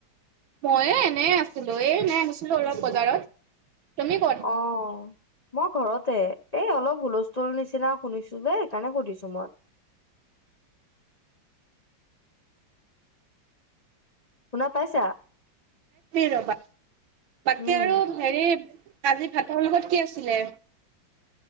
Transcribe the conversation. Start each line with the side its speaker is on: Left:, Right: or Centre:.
Right: ময়ে এনে আছিলো এ এনেই আনিছিলো অলপ বজাৰত তুমি ক'ত?
Left: অ মই ঘৰতে এই অলপ হুলস্থুল নিচিনা শুনিছো যে সেইকাৰণে সধিছো মই
Right: <inaudible>
Left: শুনা পাইছা
Right: ৰবা বাকী
Left: উম
Right: আৰু হেৰি আজি ভাতৰ লগত কি আছিলে